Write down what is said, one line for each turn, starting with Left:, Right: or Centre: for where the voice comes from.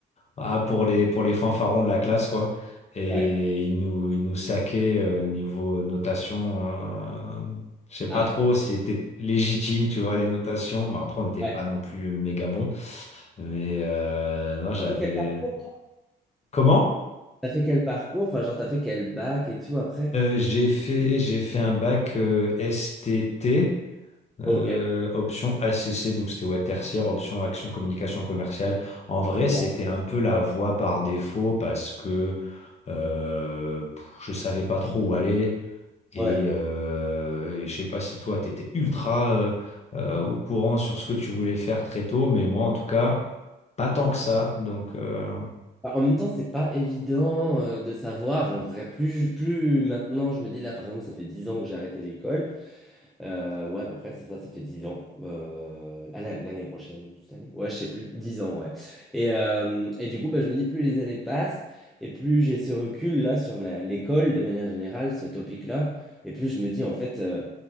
Left: ah, pour les, pour les fanfarons de la classe, quoi. Et
Centre: ouais.
Left: ils nous, ils nous saquaient euh, niveau euh, notation. euh, je sais pas
Centre: Ah,
Left: trop si c'était légitime, tu vois, les notations. Bon, après, on n'était
Centre: ouais.
Left: pas non plus méga bon. Mais euh, non, j'avais.
Centre: T'as fait quel parcours, toi?
Left: Comment?
Centre: T'as fait quel parcours? Enfin, genre, t'as fait quel bac et tout après?
Left: Euh, j'ai fait, j'ai fait un bac euh, S T T. Euh,
Centre: Ok,
Left: option ACC, donc c'était ouais, tertiaire, option action communication commerciale. En vrai,
Centre: d'accord.
Left: c'était un peu la voie par défaut parce que euh, pff, je savais pas trop où aller. Et,
Centre: Ouais.
Left: euh, et je sais pas si toi, tu étais ultra euh, euh, au courant sur ce que tu voulais faire très tôt, mais moi, en tout cas, pas tant que ça. Donc, euh,
Centre: Enfin, En même temps, c'est pas évident euh, de savoir en vrai. Plus, plus maintenant, je me dis là, par exemple, ça fait 10 ans que j'ai arrêté l'école. Euh, ouais, à peu près, c'est ça, ça fait 10 ans. Euh, ah, la- l'année prochaine ou cette année. Ouais, je sais plus. dix ans, ouais. Et, euh, et du coup, bah, je me dis, plus les années passent, et plus j'ai ce recul-là sur la- l'école, de manière générale, ce topic-là, et plus je me dis, en fait, euh,